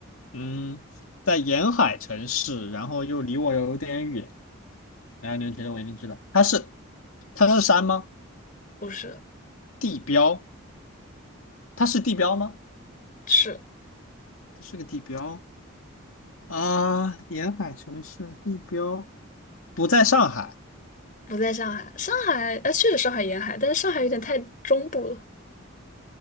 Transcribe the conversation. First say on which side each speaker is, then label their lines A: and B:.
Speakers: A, on the left (about 80°); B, on the left (about 40°).
A: 嗯，在沿海城市，然后又离我有点远，然后你就觉得我一定知道，它是它是山吗？
B: 不是，
A: 地标？它是地标吗？
B: 是
A: 它是个地标啊，沿海城市地标不在上海。
B: 不在上海，上海啊，确实上海沿海，但是上海有点太中部了，